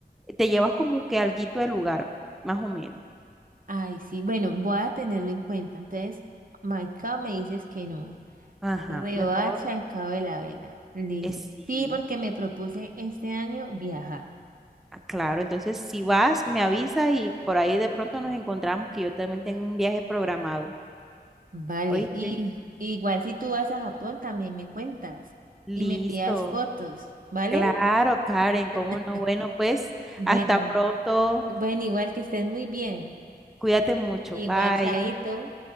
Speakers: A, in the centre; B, on the right (about 55°).
A: te llevas como que alguito del lugar, más o menos.
B: Ay, sí, bueno, voy a tenerlo en cuenta. Entonces, Maicao me dices que no.
A: Ajá,
B: Riohacha,
A: mejor
B: el Cabo de la Vela. Listo.
A: es sí.
B: Sí, porque me propuse este año viajar.
A: Ah, Claro, entonces si vas, me avisas y por ahí de pronto nos encontramos que yo también tengo un viaje programado.
B: Vale,
A: ¿Oíste?
B: y igual si tú vas a Japón también me cuentas
A: Listo.
B: y me envías fotos, ¿vale?
A: Claro, Karen, cómo
B: <laughs>
A: no. Bueno, pues
B: Bueno,
A: hasta pronto.
B: bueno, igual que estés muy bien.
A: Cuídate mucho.
B: Igual,
A: Bye.
B: Chaito.